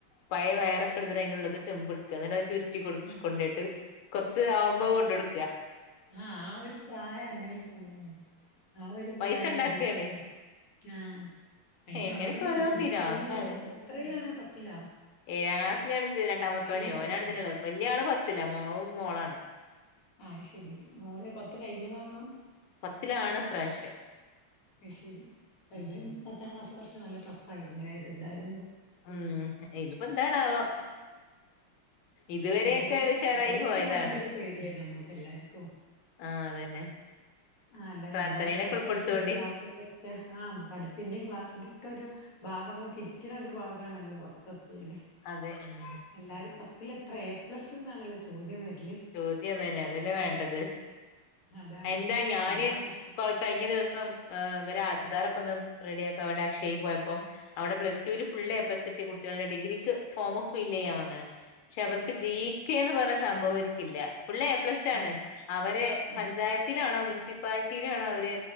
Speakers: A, on the left; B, on the left.
A: പഴയ വയറൊക്കെ ഇടുത്ത്ട്ട് അയിനുള്ള്ത് ചെമ്പ്ട്ക്കാ എന്നട്ട് അത് ചുരു
B: ആഹ്
A: കൊണ്ടോയിട്ട് കൊർച്ച് ആവുമ്പോ കൊണ്ടടു
B: ആഹ ആ ഒരു പ്രായം അങ്ങനെന്നല്ലേ. ആ ഒരു പ്രായം
A: പൈസ ഉണ്ടാക്കാണ്
B: അതന്നെല്ലേ. ആഹ അയിന്
A: എങ്ങനെയൊക്കെ
B: അവര്
A: ഓരോ
B: ഇതന്നെ
A: പിരാന്താണ്
B: സ്കൂൾ ല് ഒരു എത്രയിലാണ് പത്തിലാ?
A: ഏയാ ക്ലാസ്സിലാണ്. രണ്ടാമത്തോന്
B: ഏഴിലെത്തിട്ടൊള്ളൂ
A: ഓനാണ് ഇതിന്ള്ള വല്യ ആള് പത്തു പത്തിലാ മോ മോളാണ്.
B: അയ് ശരി മോള് പത്ത് കഴിഞ്ഞതാണോ
A: പത്തിലാണ് ഇപ്രാവശ്യം.
B: അയ് ശരി. കഴിഞ്ഞ
A: ഉം
B: ഒരു പത്താം ക്ലാസ് കൊ നല്ല ടഫായിരുന്നില്ലേ ഇത് എന്താണെ
A: ഉം ഇതിപ്പോ എന്താണാവോ ഇതുവരെയൊക്കെ
B: ഏതായാലും
A: ഉഷാറായി
B: എസ് എസ് എൽ
A: പോയതാണ്
B: സി ആവുമ്പോ ഒരു പേടിയാണ് നമ്മക്ക് എല്ലാർക്കും
A: ആഹ് അതന്നെ
B: അല്ല
A: പ്രാർത്ഥനയിലൊക്കെ
B: നമ്മള പഠിപ്പി
A: ഉൾപ്പെടുത്തോണ്ടി
B: ക്ലാസ്സിന്റെറെ ഒക്കെ ആ പഠിപ്പിന്റെയും ക്ലാസ്സിന്റെ ഒക്കെ ഒരു ഭാഗം നമ്മളെ തിരിക്കണ ഒരു ഭാഗമാണല്ലോ പത്ത <unintelligible>
A: അതെ ഉം
B: എല്ലാരും പത്തിലെത്ര എ പ്ലസ്ന്നാണല്ലോ ചോദ്യം വര
A: ചോദ്യതന്നെ അതല്ലേ വേണ്ടത്,
B: അതാണ്
A: എന്താ ഞാന്
B: എല്ലാരും
A: കൊ കഴിഞ്ഞ ദി സം ഇവര ആദാറക്കൊന്ന് റെഡിയാക്കാം വേണ്ടി അക്ഷെയ്യി പോയപ്പോ അവിടെ പ്ലസ് ടൂല് ഫുൾ എ പ്ലസ് കുട്ടികൾ ഡിഗ്രിക്ക് ഫോമ് ഫില്ലെയാൻ വന്നെന് ക്ഷെ അവർക്ക് ജീക്കേ എന്ന് പറ സംഭവൊര് ക്കില്ല. ഫുൾ എ പ്ലസ്
B: ആ
A: ആണ്. അവരെ
B: അതെ
A: പഞ്ചായത്തിലാണോ മുൻ മുൻസിപ്പാലിറ്റിയിലാണ് അവര്